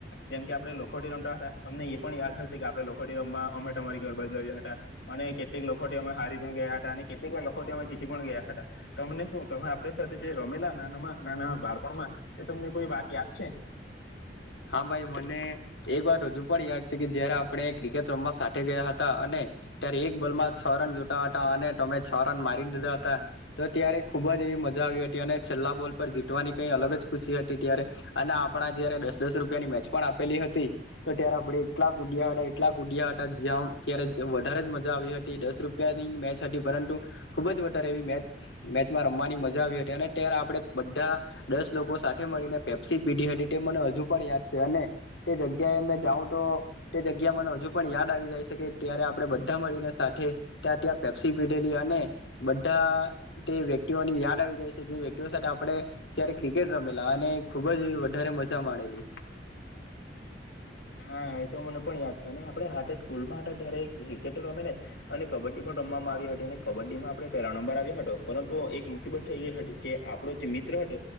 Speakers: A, on the left; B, on the left.
A: જેમ કે આપણે લખોટી રમતા હતા. તમને એ પણ યાદ હશે કે આપણે લોકોખો રમવા અમે તમારી ગરબાજુ આવ્યા હતા અને કેટલીક લખોટી અમે હારી પણ ગયા હતા અને કેટલીક વાર લખો અમે જીતી પણ ગયા હતા તમને શું તમે આપણી સાથે જે રમેલા નાનામાં નાના બાળપણમાં એ તમને કોઈ વાત યાદ છે?
B: હા ભાઈ મને એ વાત હજુ પણ યાદ છે કે જયારે આપણે ક્રિકેટ રમમાં સાથે ગયા હતા અને ત્યારે એક બોલમાં છ રન જોતા હતા અને તમે છ રન મારી દીધા હતા તો ત્યારે ખુબ જ એવી મજા આવી હતી અને છેલ્લા બોલ પર જીતવાની કઈ અલગ જ ખુશી હતી ત્યારે અને આપણા જયારે દસ રૂપિયાની મેચ પણ આપેલી હતી તો ત્યારે આપણે એટલા કૂદયા હતા એટલા કૂદયા હતા જ્યાં ત્યારે વધારે જ મજા આવી હતી દસ રૂપિયાની મેચ હતી પરંતુ ખુબ જ વધારે એવી મેચ મેચમાં રમવાની મજા આવી હતી અને ત્યારે આપણે બધા દસ લોકો સાથે મળીને પેપ્સી પીઢી હતી તે મને હજુ પણ યાદ છે અને તે જગ્યાએ જાઉં તો તે જગ્યા મને હજુ પણ યાદ આવી જાય છે કે ત્યારે આપણે બધા મળીને સાથે ત્યાં ત્યાં પેપ્સી પીધેલી અને બધા તે વ્યક્તિઓની યાદ આવી જાય છે જે વ્યક્તિઓ સાથે આપણે ત્યારે ક્રિકેટ રમેલા અને ખુબ જ એવી વધારે મજા માણેલી
A: હા એ તો મને પણ યાદ છે અને આપણે હાતે સ્કૂલમાં હતા ત્યારે ક્રિકેટ રમેલા અને કબડ્ડી પણ રમવામાં આવી હતી અને કબડ્ડીમાં આપણે પહેલા નંબર આવ્યો હતો પરંતુ એક મુસીબત થઈ ગઈ હતી કે આપણો જે મિત્ર હતો